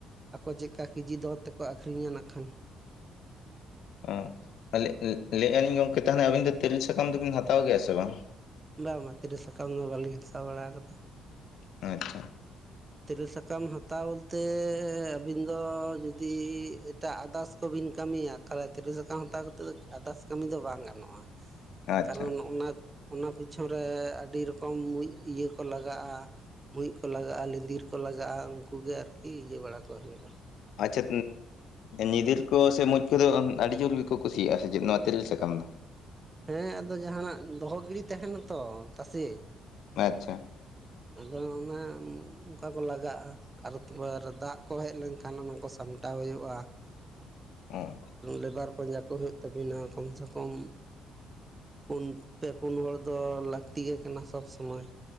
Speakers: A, on the right; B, on the left.
A: ᱟᱠᱚ ᱪᱮᱠᱟ ᱠᱟ ᱠᱮᱡᱤ ᱫᱚᱨ ᱛᱮᱠᱚ ᱟᱠᱷᱨᱤᱧᱟ ᱱᱟᱜ ᱠᱷᱟᱱ
B: ᱚ ᱞᱟᱹᱭᱮᱫᱼᱟ ᱞᱤᱧ ᱜᱚᱢᱠᱮ ᱛᱟᱦᱚᱞᱮ ᱟᱹᱵᱤᱱ ᱫᱚ ᱛᱮᱨᱮᱞ ᱥᱟᱠᱟᱢ ᱫᱚᱵᱤᱱ ᱦᱟᱛᱟᱣ ᱜᱮᱭᱟ ᱥᱮ ᱵᱟᱝ
A: ᱵᱟᱝ ᱢᱟ ᱛᱤᱨᱤᱞ ᱥᱟᱠᱟᱢ ᱫᱚ ᱵᱟᱹᱞᱤᱧ ᱦᱟᱛᱟᱣ ᱵᱟᱲᱟ ᱟᱠᱟᱫᱟ
B: ᱟᱪᱪᱷᱟ
A: ᱛᱤᱨᱤᱞ ᱥᱟᱠᱟᱢ ᱦᱟᱛᱟᱣ ᱛᱮ ᱟᱹᱵᱤᱱ ᱫᱚ ᱡᱩᱫᱤ ᱟᱫᱟᱥ ᱠᱚᱵᱤᱱ ᱠᱟᱹᱢᱤᱭᱟ ᱛᱟᱦᱚᱞᱮ ᱛᱤᱨᱤᱞ ᱥᱟᱠᱟᱢ ᱦᱟᱛᱟᱣ ᱠᱟᱛᱮᱫ ᱫᱚ ᱟᱫᱟᱥ ᱠᱟᱹᱢᱤ ᱫᱚ ᱵᱟᱝ ᱜᱟᱱᱚᱜᱼᱟ
B: ᱟᱪᱪᱷᱟ
A: ᱠᱟᱨᱚᱱ ᱚᱱᱟ ᱚᱱᱟ ᱯᱤᱪᱷᱚᱱ ᱨᱮ ᱟᱹᱰᱤ ᱨᱚᱠᱚᱢ ᱢᱩᱡ ᱤᱭᱟᱹ ᱠᱚ ᱞᱟᱜᱟᱜᱼᱟ ᱢᱩᱡ ᱠᱚ ᱞᱟᱜᱟᱜᱼᱟ ᱞᱤᱫᱤᱨ ᱠᱚ ᱞᱟᱜᱟᱜᱼᱟ ᱩᱱᱠᱩᱜ ᱜᱮ ᱟᱨᱠᱤ ᱤᱭᱟᱹ ᱵᱟᱲᱟ ᱠᱚ ᱦᱩᱭᱩᱜᱼᱟ
B: ᱟᱪᱪᱷᱟ ᱧᱤᱫᱤᱨ ᱠᱚ ᱥᱮ ᱢᱚᱡᱽ ᱠᱚᱫᱚ ᱟᱹᱰᱤ ᱡᱳᱨ ᱜᱮ ᱠᱚ ᱠᱩᱥᱤᱭᱟᱜᱼᱟ ᱥᱮ ᱪᱮᱫ ᱱᱚᱣᱟ ᱛᱮᱨᱮᱞ ᱥᱟᱠᱟᱢ ᱫᱚ
A: ᱦᱮᱸ ᱟᱫᱚ ᱡᱟᱦᱟᱱᱟᱜ ᱫᱚᱦᱚ ᱜᱤᱲᱤ ᱛᱟᱦᱮᱱᱟ ᱛᱚ ᱛᱟᱥᱮ
B: ᱟᱪᱪᱷᱟ
A: ᱟᱫᱚ ᱚᱱᱟ ᱚᱱᱠᱟ ᱠᱚ ᱞᱟᱜᱟᱜᱼᱟ᱾ ᱟᱨ ᱛᱟᱨ ᱫᱟᱜ ᱠᱚ ᱦᱮᱡ ᱞᱮᱱᱠᱷᱟᱱ ᱚᱱᱟ ᱠᱚ ᱥᱟᱢᱴᱟᱣ ᱦᱩᱭᱩᱜᱼᱟ᱾
B: ᱚ
A: ᱞᱮᱵᱟᱨ ᱯᱟᱸᱡᱟ ᱠᱚ ᱦᱩᱭᱩᱜ ᱛᱟᱹᱵᱤᱱᱟ ᱠᱚᱢ ᱥᱮ ᱠᱚᱢ ᱯᱩᱱ ᱯᱮ ᱯᱩᱱ ᱦᱚᱲ ᱫᱚ ᱞᱟᱹᱠᱛᱤ ᱜᱮ ᱠᱟᱱᱟ ᱥᱚᱵᱽ ᱥᱚᱢᱚᱭ᱾